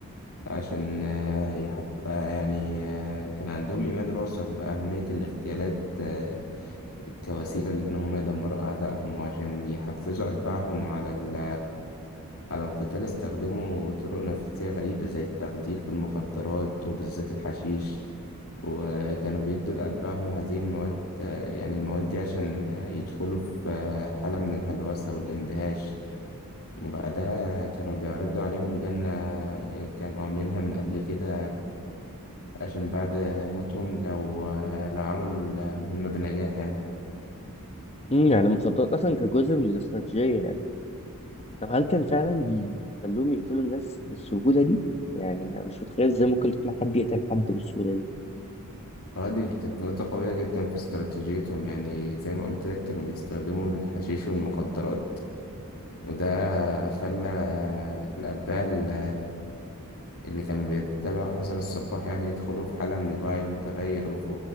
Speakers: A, on the left; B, on the left.
A: عشان آه يحب آه يعني آه كان عندهم إيمان راسخ بأهمية الاغتيالات آه، كوسيلة لأن هم يدمروا أعدائهم وعشان يحفزوا أتباعهم على ال على القتال استخدموا طرق نفسية غريبة زي التخدير بالمخدرات وبالذات الحشيش وكانوا بيدوا لأتباعهم هذه المواد يعني المواد دي عشان يدخلوا في حالة من الهلوسة والاندهاش وبعدها كانوا بيعرضوا عليهم جنة كانوا عاملينها من قبل كده عشان بعد موتهم لو لو عملوا المهمة بنجاح يعني
B: مم، يعني المخدرات أصلا كجزء من الاستراتيجية يعني طب هل كان فعلا بي- بيخلوهم يقتلوا الناس بالسهولة دي؟ يعني أنا مش متخيل ازاي ممكن تقنع حد يقتل حد بالسهولة دي
A: اه دي كانت نقطة قوية جدا في استراتيجيتهم يعني زي ما قلت لك كانوا بيستخدموا الحشيش والمخدرات وده خلى الأتباع ال- اللي كانوا بيتبعوا حسن الصباح يعني يدخلوا في حالة من الوعي المتغير وف-